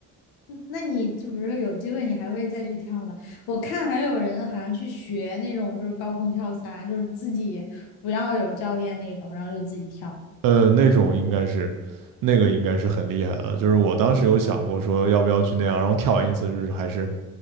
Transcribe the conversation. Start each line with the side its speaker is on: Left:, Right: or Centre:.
Left: 嗯那你就比如说有机会你还会再去跳吗？我看还有人好像去学那种就是高空跳伞，就是自己不要有教练那种，然后就自己跳，
Right: 呃，那种应该是那个应该是很厉害的，就是我当时有想过说要不要去那样，然后跳完一次就是还是